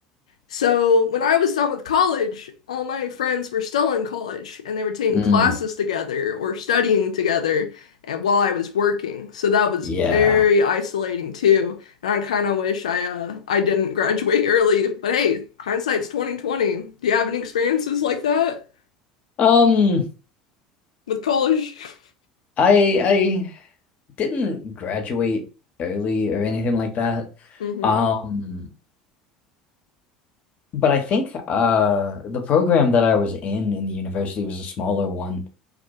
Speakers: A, on the left; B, on the left.
A: So when I was done with college, all my friends were still in college and they were taking
B: Mm.
A: classes together or studying together and while I was working. So that was
B: Yeah.
A: very isolating too. And I kind of wish I uh I didn't graduate <laughs> early. But hey, hindsight's 2020. Do you have any experiences like that
B: Um,
A: with college? <laughs>
B: I I didn't graduate early or anything like that.
A: Mm-hmm.
B: Um, but I think uh the program that I was in in the university was a smaller one.